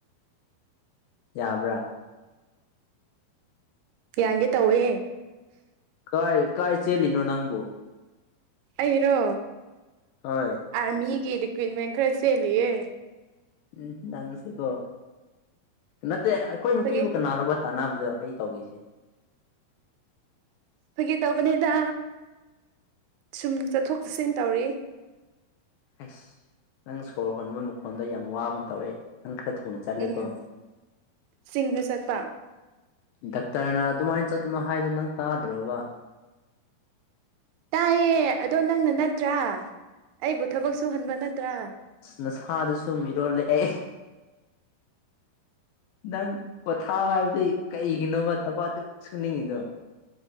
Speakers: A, on the left; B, on the right.
A: ꯌꯥꯕ꯭ꯔꯥ
B: ꯌꯥꯟꯒꯦ ꯇꯧꯋꯦ
A: ꯀꯥꯏ ꯀꯥꯏ ꯆꯦꯜꯂꯤꯅꯣ ꯅꯪꯕꯨ
B: ꯑꯩꯔꯣ
A: ꯍꯣꯏ
B: ꯑꯥꯔꯃꯤꯒꯤ ꯔꯤꯀ꯭ꯋꯤꯞꯃꯦꯟ ꯈꯔ ꯆꯦꯂꯤꯌꯦ꯫
A: ꯎꯝ ꯅꯪꯁꯤꯀꯣ ꯅꯠꯇꯦ ꯑꯩꯈꯣꯏ ꯅꯨꯄꯤꯕꯨ
B: ꯐꯒꯤ
A: ꯀꯅꯥꯅꯣꯕ ꯇꯥꯟꯅꯕꯗꯣ ꯑꯩ ꯇꯧꯒ‌ꯦꯁꯦ
B: ꯐꯥꯒꯤ ꯇꯧꯕꯅꯦꯗꯥ ꯁꯨꯝ ꯆꯠꯊꯣꯛ ꯆꯠꯁꯤꯟ ꯇꯧꯔꯤ
A: ꯍꯩꯁ ꯅꯪ ꯁꯣꯔ ꯍꯣꯟꯕ ꯃꯈꯣꯟꯗꯣ ꯌꯥꯝ ꯋꯥꯕꯒꯨꯝ ꯇꯧꯋꯦ ꯅꯪ ꯈꯔ ꯊꯨꯅ ꯆꯠꯂꯦꯀꯣ
B: ꯎꯝ ꯆꯤꯡꯗ ꯆꯠꯄꯥ
A: ꯗꯥꯛꯇꯔꯅ ꯑꯗꯨꯃꯥꯏ ꯆꯠꯀꯅꯣ ꯍꯥꯏꯗꯣ ꯅꯪ ꯇꯥꯗ꯭ꯔꯣꯕꯥ
B: ꯇꯥꯏꯌꯦ ꯑꯗꯣ ꯅꯪꯅ ꯅꯠꯇ꯭ꯔꯥ ꯑꯩꯕꯨ ꯊꯕꯛ ꯁꯨꯍꯟꯕ ꯅꯠꯇ꯭ꯔꯥ
A: ꯅꯁꯥꯗꯁꯨ ꯃꯤꯔꯣꯜꯂꯦꯑꯦ ꯅꯪ ꯄꯣꯊꯥꯎ ꯍꯥꯏꯕꯗꯤ ꯀꯩꯒꯤꯅꯣꯕ ꯊꯕꯛꯗꯨꯝ ꯁꯨꯅꯤꯡꯉꯤꯗꯣ